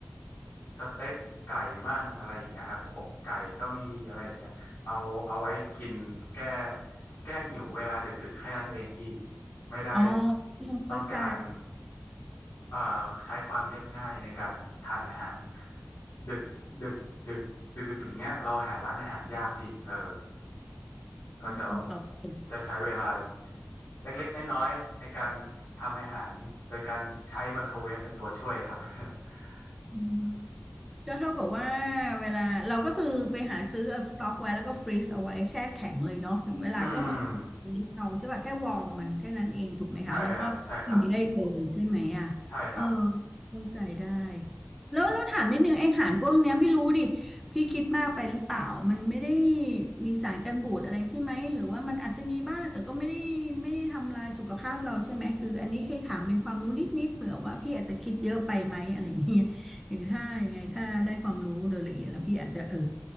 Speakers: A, on the left; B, in the centre.
A: สเต็กไก่มั่งอะไรอย่างเงี้ยครับอกไก่ก็มีอะไรอย่างเงี้ยเอาเอาไว้กินแก้แก้หิวเวลาดึกๆแค่นั้นเองพี่ ไม่ได้
B: อ๋อ
A: ต้องการ
B: เข้าใจ
A: เอ่อใช้ความเรียบง่ายในการทานอาหารดึกดึกดึกดึกดึกอย่างเงี้ยเราหาร้านอาหารยากพี่เออก็จะ
B: อืมตอบถูก
A: จะใช้เวลาเล็กๆน้อยๆในการทำอาหารโดยการใช้ไมโครเวฟเป็นตัวช่วยครับ <laughs>
B: อืม
A: เออ
B: ก็เท่ากับว่าเวลาเราก็คือไปหาซื้อเอาสต็อกไว้แล้วก็ฟรีซเอาไว้แช่แข็งเลยเนาะถึงเวลาก็มา
A: อืม
B: ลิ้เอาใช่ป่ะแค่วอร์มมันแค่นั้นเองถูกไหมคะแล้วก็กินได้เลยใช่ไหมอ่ะเออ
A: ใช่ครับใช่ครับใช่ครับ
B: เข้าใจได้แล้วแล้วถามนิดนึงไออาหารพวกเนี้ยไม่รู้ดิพี่คิดมากไปหรือเปล่ามันไม่ได้มีสารกันบูดอะไรใช่ไหมหรือว่ามันอาจจะมีบ้างแต่ก็ไม่ได้ไม่ได้ทำลายสุขภาพเราใช่ไหมคืออันนี้เคยถามเป็นความรู้นิดๆเผื่อว่าพี่อาจจะคิดเยอะไปไหมอะไรอย่างเงี้ย หรือถ้ายังไงถ้าได้ความรู้โดยละเอียดแล้วพี่อาจจะเออ